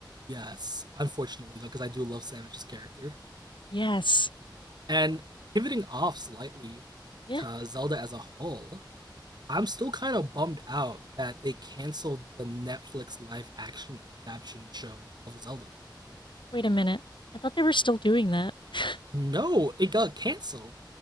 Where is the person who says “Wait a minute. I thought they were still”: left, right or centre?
Left